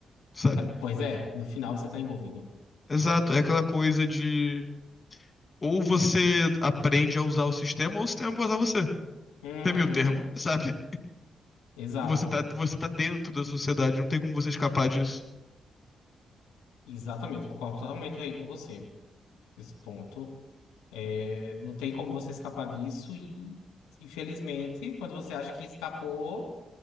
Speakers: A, on the left; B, on the left.
A: sabe?
B: É, pois é, no final você está envolvido.
A: Exato, é aquela coisa de ou você aprende a usar o sistema, ou o sistema vai usar você.
B: Uhum,
A: Tem meio termo, sabe?
B: exato.
A: Você tá, você tá dentro da sociedade, não tem como você escapar disso.
B: Exatamente, concordo totalmente aí com você nesse ponto. É, não tem como você escapar disso e, infelizmente, quando você acha que escapou,